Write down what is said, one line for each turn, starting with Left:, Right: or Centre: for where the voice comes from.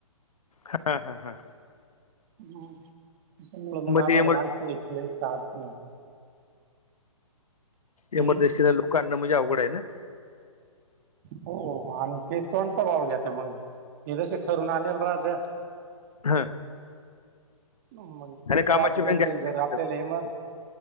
Left: हा हा हा.
Right: मग तूम्हाला मग आम्हाला
Left: ते एमर
Right: आयत्या वेळेस लय ताप हम्म.
Left: एमर्जनसीच्या लोकांना म्हणजे अवघड आहे ना.
Right: हो आणि ते त्यांचा भाव घेते मग ते जशी ठरवून आणेल तवा द्या.
Left: होय.
Right: <unintelligible>
Left: कामाची पण गॅरंटी नसतात
Right: चले मग